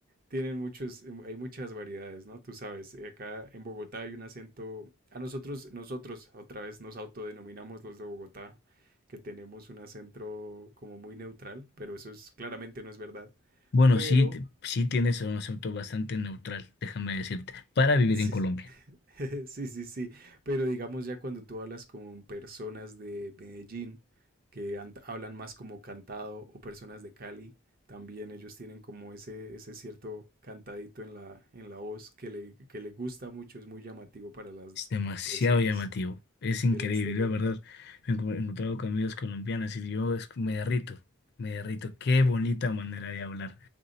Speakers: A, on the right (about 45°); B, on the left (about 50°).
A: tienen muchos, em, hay muchas variedades, ¿no? Tú sabes, eh, acá en Bogotá hay un acento, a nosotros, nosotros otra vez nos autodenominamos los de Bogotá, que tenemos un acento como muy neutral, pero eso es claramente no es verdad.
B: Bueno,
A: Pero
B: sí, t- sí tienes un acento bastante neutral, déjame decirte, para vivir
A: sí,
B: en Colombia.
A: sí. <laughs> Sí, sí, sí, pero digamos ya cuando tú hablas con personas de Medellín que han- hablan más como cantado o personas de Cali, también ellos tienen como ese, ese cierto cantadito en la, en la voz que le, que le gusta mucho, es muy llamativo para las
B: Es demasiado
A: personas
B: llamativo. Es increíble,
A: del exterior.
B: la verdad. Me he encu- encontrado con amigas colombianas y yo es- me derrito, me derrito. Qué bonita manera de hablar.